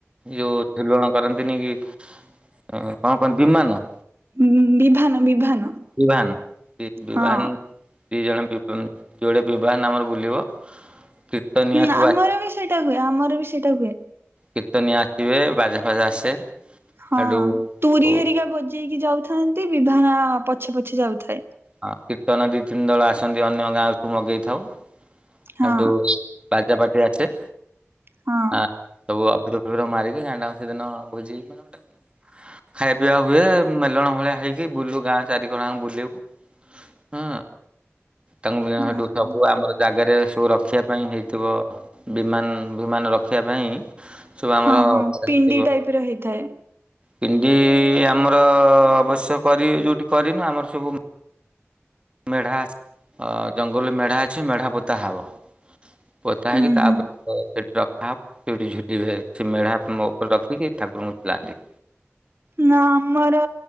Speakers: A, on the right; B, on the right.
A: ଯୋଉ ଝୁଲଣ କରନ୍ତିନି କି? କଣ କହ ବିମାନ।
B: ଉଁ ଉଁ ବିଭାନ, ବିଭାନ।
A: ବିଭାନ, ବିବାନ।
B: ହଁ।
A: ଦି ଜଣ ବିବା ଯୋଡେ ବିଭାନ ଆମର ବୁଲିବ। କୀର୍ତ୍ତନିଆ
B: ହୁଁ
A: ସବୁ
B: ଆମର
A: ଆସି
B: ବି ସେଇଟା ହୁଏ, ଆମର ବି ସେଇଟା ହୁଏ।
A: କୀର୍ତ୍ତନିଆ ଆସିବେ, ବାଜା ଫାଜା ଆସେ।
B: ହଁ
A: ହେଠୁ
B: ତୁରି
A: ଓ
B: ହେରିକା ବଜେଇକି ଯାଉଥାନ୍ତି, ବିଭାନ ପଛେ ପଛେ ଯାଉଥାଏ।
A: ହଁ କୀର୍ତନ ଦି, ତିନି ଦଳ ଆସନ୍ତି ଅନ୍ୟ ଗାଁ ରୁ ମଗେଇଥାଉ।
B: ହଁ
A: ହେଟୁ ବାଜାପାଟି ଆସେ।
B: ହଁ।
A: ଆ ସବୁ ଅଭିର ଫଭିର ମାରିକି ଗାଁ ଟା ଯାଙ୍କ ସେଦିନ ଭୋଜି ମାନେ ଗୋଟେ ଖାଇଆ ପିଇବା ହୁଏ ମେଲଣ ଭଳିଆ ହେଇକି ବୁଲୁ ଗାଁ ଚାରି କର ଯାଙ୍କ ବୁଲିବୁ। ହୁଁ ତାଙ୍କୁ <unintelligible>
B: ଭଲ
A: ସବୁ ଆମର ଜାଗାରେ ସବୁ ରଖିଆ ପାଇଁ ହେଇଥିବ ବିମାନ୍ ବିମାନ ରଖିଆ ପାଇଁ ସବୁ ଆମର
B: ହଁ ହଁ
A: କରା
B: ପିଣ୍ଡି
A: ହେଇଥିବ।
B: ଟାଇପ ର ହେଇଥାଏ।
A: ପିଣ୍ଡି ଆମର ଅବଶ୍ୟ କରି ଯୋଉଠି କରିନୁ ଆମର ସବୁ ମେଢା ଅସ୍ ଜଙ୍ଗଲରୁ ମେଢା ଅଛି ମେଢା ପୋତା ହବ। ପୋତା ହେଇକି
B: ହୁଁ
A: ତାପରେ
B: ହୁଁ।
A: ତ ସେଠୁ ରଖା ହବ ସେଇଠି ଝୁଲିବେ ସେ ମେଢା ମୋ ଉପରେ ରଖିକି ଠାକୁରଙ୍କୁ ଝୁଲାନ୍ତି।
B: ନା ଆମର